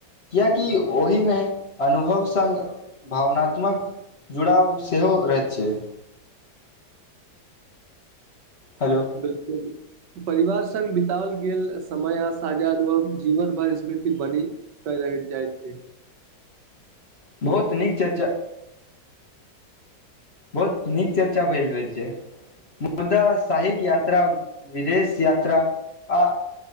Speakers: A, on the left; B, on the right.
A: कियेकि ओहिमे अनुभव सङ्ग भावनात्मक जुड़ाव सेहो रहैत अछि हेलो
B: बिल्कुल परिवार संग बितओल गेल समय आ साझा अनुभव जीवन भर स्मृति बनी करैत जाय छै
A: बहुत नीक चर्चा बहुत नीक चर्चा भ‌इल होइ छै मुदा साहिक यात्रा विदेश यात्रा आ